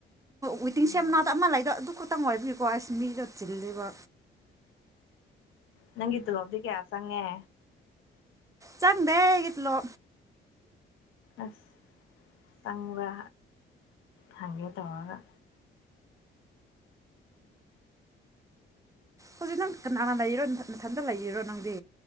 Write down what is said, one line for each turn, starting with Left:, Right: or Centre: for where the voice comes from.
Right: ꯋꯤꯇꯤꯡ
Left: ꯑꯗꯨꯅꯦ
Right: ꯁꯦꯝꯅꯥꯗ ꯑꯃ ꯂꯩꯗꯣ ꯑꯗꯨ ꯈꯛꯇꯪ ꯑꯣꯏꯕꯤꯌꯀꯣ ꯑꯁ ꯃꯤꯗꯣ ꯆꯤꯜꯂꯤꯕ
Left: ꯅꯪꯒꯤ ꯏꯇ ꯂꯣꯕꯗꯤ ꯀꯌꯥꯁꯪꯉꯦ
Right: ꯆꯪꯗ ꯏꯠꯂꯣ
Left: ꯑꯁ ꯇꯪꯕ ꯍꯪꯒꯦ ꯇꯧꯔꯒ
Right: ꯍꯧꯖꯤꯗ ꯀꯅꯥꯅꯥ ꯂꯩꯔꯣ ꯃꯊꯟꯇ ꯂꯩꯔꯣ ꯉꯪꯗꯦ